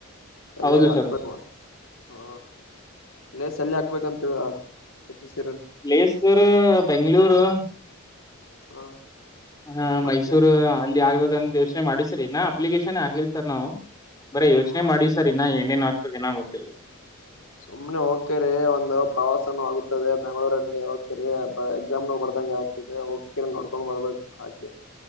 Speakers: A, on the left (about 70°); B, on the left (about 15°).
A: ಎಲ್ಲಾರು
B: ಹೌದು
A: ಹಾಕ್ಬೇಕು.
B: ಸರ್
A: ಹಾ ಇಲ್ಲೇ ಸನೆ ಹಾಕ್ಬೇಕಂತ ಹೇಳ್ಯಾಳ್ <unintelligible>
B: ಪ್ಲೇಸ್ರ್ ಸರ್ ಅ ಬೆಂಗಳೂರು.
A: ಹಾ
B: ಹಾ
A: ಮತ್ತೆ
B: ಮೈಸೂರು ಅಲ್ಲಿ ಆಗ್ಬೇಕಂತ ಯೋಚನೆ ಮಾಡಿ ಸರ್ ಅಪ್ಲಿಕೇಶನ್ ಆಗಿಲ್ ಸರ್ ನಾವು. ಬರೇ ಯೋಚನೆ
A: ಹ
B: ಮಾಡಿವ ಸರ್ ಇನ್ನ ಏನೇನ್ ಹಾಕ್ಬೇಕ್ ಇನ್ನ್ ಗೊತ್ತಿಲ್ಲ.
A: ಸುಮ್ಮ್ನೆ ಹೋಗ್ತೀರಿ ಒಂದು ಪ್ರವಾಸ ಆಗದೆ ಬೆಂಗಳೂರಲ್ಲಿ ಹಕಿರಿ ಎಕ್ಸಾಮ್ ಬರ್ದಂಗ ಆಗ್ತದೆ <unintelligible> ನೋಡ್ಕೊಂಡ್ ಬರ್ಬೇಕ ಹಾಗೆ